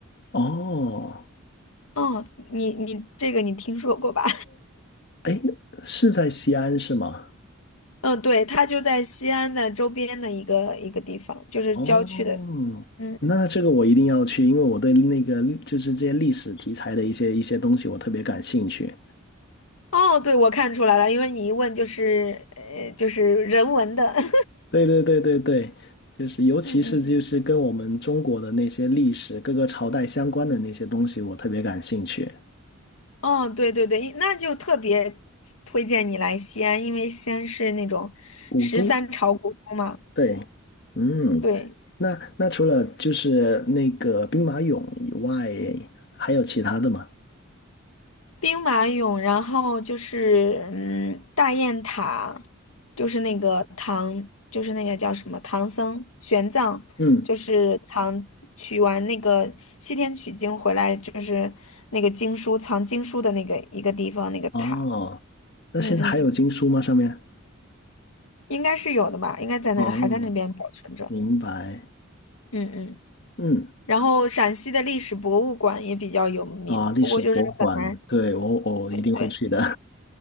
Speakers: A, on the left (about 55°); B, on the left (about 80°).
A: 哦，
B: 哦，你你这个你听说过吧？
A: 哎，是在西安是吗？
B: 嗯，对，它就在西安的周边的一个一个地方，就是郊区的。
A: 哦，
B: 嗯，
A: 那这个我一定要去，因为我对那个就是这些历史题材的一些一些东西我特别感兴趣。
B: 哦，对，我看出来了，因为你一问就是呃，就是人文的。<laughs>
A: 对对对对对，就是尤其是就是跟我们中国的那些历史各个朝代相关的那些东西，
B: 嗯嗯，
A: 我特别感兴趣。
B: 哦，对对对，那就特别推荐你来西安，因为西安是那种十三朝古都嘛。
A: 古都，对，嗯，
B: 对。
A: 那那除了就是那个兵马俑以外，还有其他的吗？
B: 兵马俑，然后就是嗯，大雁塔，就是那个唐，就是那个叫什么唐僧玄奘，
A: 嗯，
B: 就是藏取完那个西天取经回来，就是那个经书藏经书的那个一个地方那个塔，
A: 哦，那现在还有经书吗？
B: 嗯嗯，
A: 上面？
B: 应该是有的吧，应该在那儿还在那边保存着，
A: 哦，明白。
B: 嗯嗯。
A: 嗯，
B: 然后陕西的历史博物馆也比较有名，
A: 啊，历史博物馆，
B: 不过就是很难，
A: 对，我我一定会去的，
B: 对对。